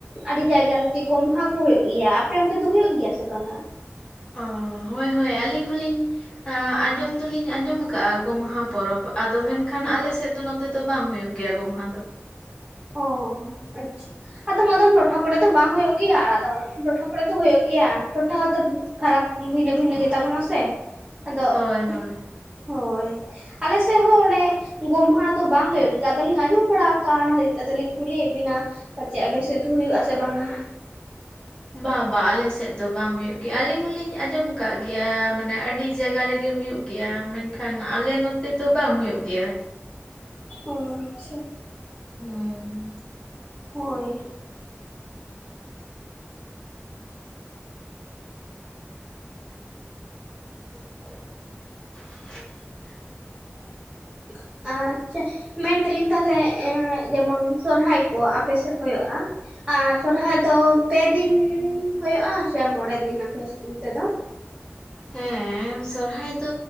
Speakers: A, on the right; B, on the left.
A: ᱟᱹᱰᱤ ᱡᱟᱭᱜᱟ ᱨᱮ ᱡᱮ ᱜᱚᱢᱦᱟ ᱠᱚ ᱦᱳᱭᱳᱜ ᱜᱮᱭᱟ, ᱟᱯᱮ ᱚᱱᱛᱮ ᱫᱚ ᱦᱳᱭᱳᱜ ᱜᱮᱭᱟ ᱥᱮ ᱵᱟᱝᱟ?
B: ᱚ ᱦᱳᱭ-ᱦᱳᱭ ᱟᱹᱞᱤᱧ ᱦᱚᱞᱤᱧ ᱟᱸᱡᱚᱢ ᱫᱚᱞᱤᱧ ᱟᱸᱡᱚᱢ ᱠᱟᱜᱼᱟ ᱜᱚᱢᱦᱟ ᱯᱚᱨᱚᱵᱽ ᱟᱫᱚ ᱢᱮᱱ ᱠᱷᱟᱱ
A: ᱦᱳᱭ
B: ᱟᱞᱮ ᱥᱮᱫ ᱫᱚ ᱱᱚᱛᱮ ᱫᱚ ᱵᱟᱝ ᱦᱳᱭᱳᱜ ᱜᱮᱭᱟ ᱜᱚᱢᱦᱟ ᱫᱚ᱾
A: ᱚ ᱟᱪᱪᱷᱟ ᱟᱫᱚᱢ ᱟᱫᱚᱢ ᱴᱚᱴᱷᱟ ᱠᱚᱨᱮ ᱫᱚ ᱵᱟᱝ ᱦᱳᱭᱳᱜ ᱜᱮᱭᱟ, ᱟᱫᱚ ᱴᱚᱴᱷᱟ ᱠᱚᱨᱮ ᱫᱚ ᱦᱳᱭᱳᱜ ᱜᱮᱭᱟ᱾ ᱴᱚᱴᱷᱟ ᱦᱚᱸᱛᱚ ᱯᱷᱟᱨᱟᱠ ᱵᱷᱤᱱᱟᱹ ᱵᱷᱤᱱᱟᱹ ᱜᱮᱛᱟ ᱵᱚᱱᱟ ᱥᱮ᱾ ᱟᱫᱚ
B: ᱦᱳᱭ ᱦᱳᱭ
A: ᱦᱳᱭ ᱟᱞᱮ ᱥᱮᱫ ᱦᱚᱸ, ᱚᱱᱮ ᱜᱚᱢᱦᱟ ᱫᱚ ᱵᱟᱝ ᱦᱭᱳᱜ ᱜᱮᱭᱟ᱾ ᱟᱫᱚᱞᱤᱧ ᱟᱸᱡᱚᱢ ᱵᱟᱲᱟ ᱠᱟᱜᱼᱟ, ᱚᱱᱟ ᱦᱳᱭᱳᱜ ᱛᱮ ᱟᱫᱚᱞᱤᱧ ᱠᱩᱞᱤᱭᱮᱫ ᱵᱤᱱᱟ ᱯᱟᱪᱮ ᱟᱯᱮᱥᱮᱫ ᱫᱚ ᱦᱩᱭᱩᱜᱼᱟᱥᱮ ᱵᱟᱝᱟ?
B: ᱵᱟ ᱵᱟᱝ ᱟᱞᱮᱥᱮᱫ ᱫᱚ ᱵᱟᱝ ᱦᱳᱭᱳᱜ ᱜᱮᱭᱟ᱾ ᱟᱹᱞᱤᱧ ᱦᱚᱞᱤᱧ ᱟᱸᱡᱚᱢ ᱠᱟᱜ ᱜᱮᱭᱟ᱾ ᱢᱟᱱᱮ ᱟᱹᱰᱤ ᱡᱟᱭᱜᱟ ᱨᱮᱜᱮ ᱦᱳᱭᱩᱜ ᱜᱮᱭᱟ, ᱢᱮᱱᱠᱷᱟᱱ ᱟᱞᱮ ᱱᱚᱛᱮ ᱫᱚ ᱵᱟᱝ ᱦᱳᱭᱳᱜ ᱜᱮᱭᱟ᱾
A: ᱚ ᱟᱪᱪᱷᱟ᱾
B: ᱦᱮᱸᱻ᱾
A: ᱦᱳᱭ᱾
B: <inaudible>
A: <inaudible> ᱟᱪᱪᱷᱟ ᱢᱮᱱᱫᱟᱞᱤᱧ ᱛᱟᱦᱟᱞᱮ ᱡᱮᱢᱚᱱ ᱥᱚᱨᱦᱨᱟᱭ ᱠᱚ ᱟᱯᱮ ᱥᱮᱫ ᱦᱳᱭᱳᱜᱼᱟ? ᱟᱨ ᱥᱚᱨᱦᱟᱭ ᱫᱚ ᱯᱮ ᱫᱤᱱ ᱦᱳᱭᱳᱜᱼᱟ ᱥᱮ ᱢᱚᱬᱮ ᱫᱤᱱ ᱟᱯᱮ ᱚᱱᱛᱮ ᱫᱚ?
B: ᱦᱮᱸ ᱥᱚᱨᱦᱟᱭ ᱫᱚ